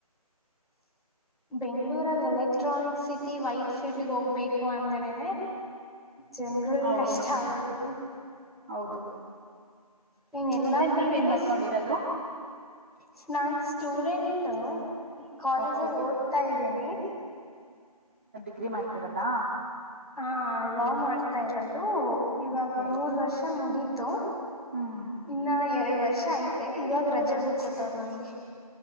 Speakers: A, in the centre; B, on the right.
A: ಬೆಂಗಗಳೂರಲ್ಲೆಲ್ಲ ಎಲೆಕ್ಟ್ರಾನಿಕ್ ಸಿಟಿ ವೈಟ್ ಫೀಲ್ಡ್ ಹೋಗ್ಬೇಕು ಅಂದ್ರೇ ಜನ್ಗಳು
B: ಹೌದು
A: ಕಷ್ಟ ಆಗ ಅದು ಹ್ಮ
B: ಹೌದು
A: ನೀನ್ ಎಲ್ಲಾ
B: ಮತ್ತೆ
A: ಕಡೆನೂ
B: ನೀವ ಏನ್ ಮಾಡ್ಕೊಂಡಿರೋದು
A: ಸ್ನನ್ ಸ್ಟೂಡೆಂಟ್ ಕಾಲೇಜಲ್ಲಿ
B: ಓಕೆ
A: ಓದ್ತಾ ಇದ್ದೀನಿ
B: ಅಗ್ರಿ ಮಾಡ್ತಿರದಾ
A: ಹಾ ಲಾ್ ಮಾಡ್ತಾ ಇರೋದು ಇವಾಗ
B: ಓಕೆ
A: ಮೂರ್ ವರ್ಷ ಮುಗೀತು
B: ಹ್ಮ್
A: ಇನ್ನ ಎರಡು ವರ್ಷ ಐ್ತೆ ಇವಾಗ ರಜಾಗುಳ್ಕೊಟ್ಟವ್ರ ನಮ್ಗೆ